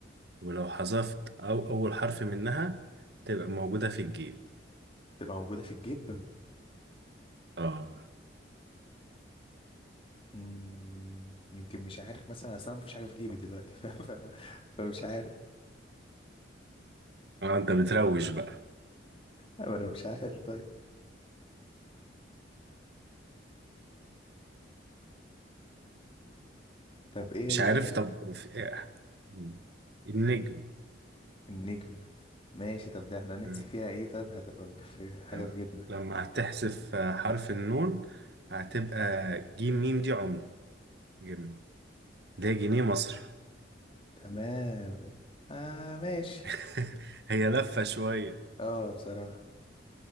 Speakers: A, on the right (about 60°); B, on the left (about 30°).
A: ولو حذفت او اول حرف منها تبقى موجودة في الجيب
B: تبقى موجودة في الجيب
A: اه
B: مم. يمكن مش عارف مثلا أصل أنا مفيش حاجة في جيبي دلوقتي <laughs> ف... ف... فمش عارف
A: اه انت بتروج بقى
B: أو أنا مش عارف طيب طب إيه
A: مش
B: هي
A: عارف
B: طيب؟
A: طب في إيه؟ مم. النجم
B: النجم ماشي طب ده احنا هنحذف
A: مم.
B: فيها إيه طيب هتبقى في في حاجة
A: تمام.
B: في جيبنا
A: لما هتحذف آه، حرف النون هتبقى جيم ميم دي عملة جنيه ده جنيه مصر
B: تمام آه ماشي
A: <laughs> هي لفة شوية
B: اه بصراحة